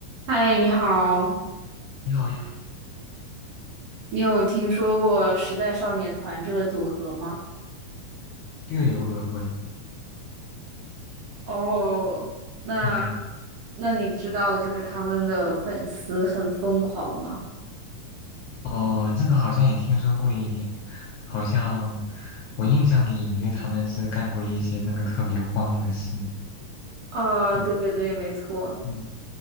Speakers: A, on the right; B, on the left.
A: 嗨，你好，
B: 你好呀，
A: 你有听说过时代少年团这个组合吗？
B: 略有耳闻。
A: 哦，那
B: 嗯，
A: 那你知道就是他们的粉丝很疯狂吗？
B: 哦，这个好像也听说过一点，好像我印象里隐约他们是干过一些那个特别荒的事。
A: 啊，
B: 嗯
A: 对对对，没错，
B: 嗯，